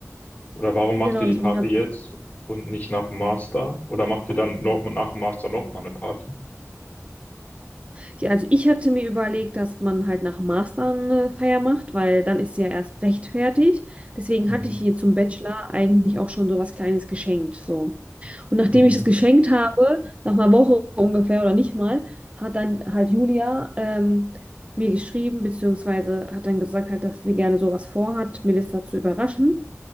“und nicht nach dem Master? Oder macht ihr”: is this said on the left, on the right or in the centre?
Left